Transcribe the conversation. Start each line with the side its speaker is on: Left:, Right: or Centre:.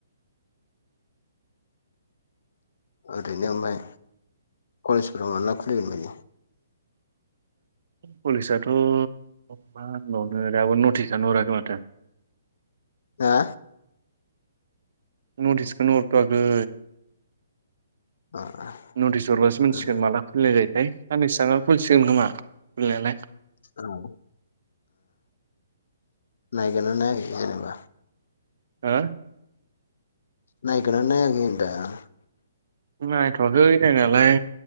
Left: ओरैनो ओमफ्राय कलेजफोराव माब्ला खुलिगोन बायदि
Right: कलेजाथ' मा होनबावनो दाबो नटिसानो हराखै माथो
Left: हा
Right: नटिसखौनो हरथ'वाखै
Left: अ
Right: नटिस हरबासो मोनथिसिगोन
Left: उम
Right: माला खुलिनाय जायोथाय साननैसो थांना खुलिसिगोन खोमा खुलिनायालाय
Left: औ ओ नायगोना नायाखै जेनेबा
Right: हो
Left: नायगोना नायाखै होनदां
Right: नायथ'वाखै नायनायालाय